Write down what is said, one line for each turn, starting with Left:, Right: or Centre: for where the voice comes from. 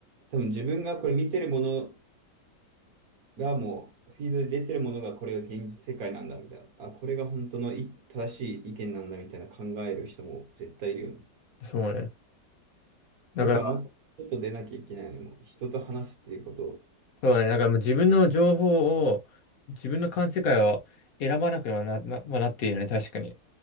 Right: 多分自分がこれ見てるものがもう、フィードで出てるものがこれが現実世界なんだみたいな。あ、これが本当のい正しい意見なんだみたいな考える人も絶対いるよね。
Left: そうね。だから
Right: だからもっと外出なきゃいけないのもう人と話すっていうことを。
Left: そうだね。だからもう自分の情報を、自分の感世界を選ばなくはな、な、まあなっているよね。確かに。